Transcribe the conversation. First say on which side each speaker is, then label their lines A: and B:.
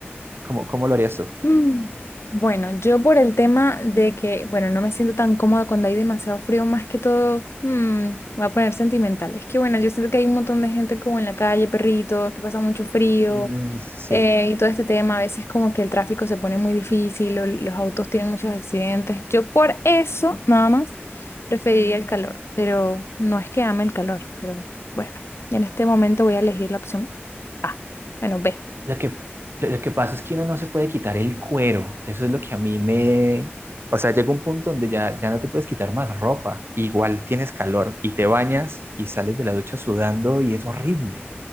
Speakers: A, on the right (about 65°); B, on the left (about 75°).
A: cómo, cómo lo harías tú?
B: Mm. Bueno, yo por el tema de que, bueno, no me siento tan cómoda cuando hay demasiado frío, más que todo, mm, voy a poner sentimental. Es que, bueno, yo siento que hay un montón de gente como en la calle, perritos, que pasan mucho frío.
A: Mm, sí.
B: eh, y todo este tema, a veces como que el tráfico se pone muy difícil, o los autos tienen muchos accidentes. Yo por eso, nada más, preferiría el calor, pero no es que ame el calor, pero bueno, en este momento voy a elegir la opción A, bueno, B.
A: Lo que, lo que pasa es que uno no se puede quitar el cuero. Eso es lo que a mí me... O sea, llega un punto donde ya, ya no te puedes quitar más ropa. Igual tienes calor y te bañas y sales de la ducha sudando y es horrible.